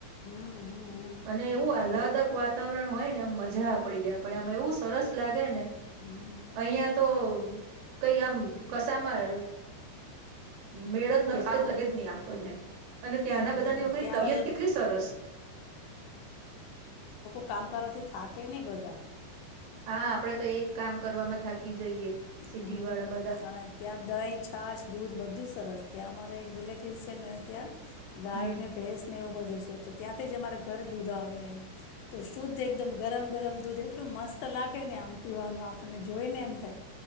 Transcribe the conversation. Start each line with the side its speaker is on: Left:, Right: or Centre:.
Left: હમ હમ
Right: અને એવું અલદ. વાતાવરણ હોય. મ મજા પડી જાય પણ આ એવું સરસ લાગે ને
Left: હમ
Right: અહિયાં. તો કઈ આમ કસામાં. મેળત ન લાગે જ નહી આપણને. અને ત્યાંના
Left: હમ
Right: બધાની લોકોની
Left: ત્યાંના
Right: તબિયત
Left: તો
Right: કેટલી સરસ
Left: કામ કરવાોથી થાકે નહ બધા
Right: હા આપડે તો એક કામ કરવામાં થાકી જઈએ સિટી
Left: હમ
Right: વાળા બધા
Left: અને ત્યાં દહીં છાસ દૂધ બધું સરસ ત્યાં અમારે એક રિલેટિવ છેને ત્યાં ગાય
Right: હમ
Left: ને ભેસ ને એવું બ ધું છે તો ત્યાંથી જ અમારે ઘરે દૂધ આવે એમ. તો શુદ્ધ એકદમ ગરમ ગરમ દૂધ એટલું મસ્ત લાગે ને આમ પીવાનું આપણને જોઈ ને એમ થાય